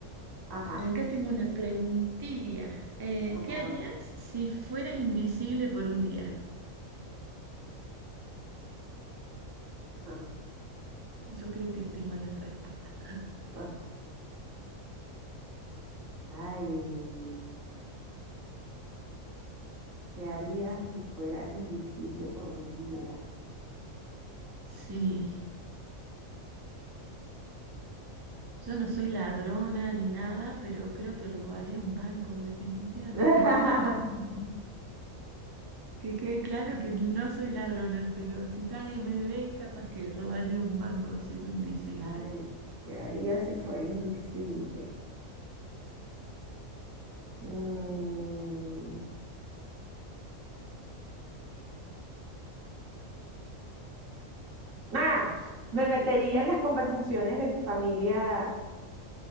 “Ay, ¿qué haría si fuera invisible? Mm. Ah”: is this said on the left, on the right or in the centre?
Right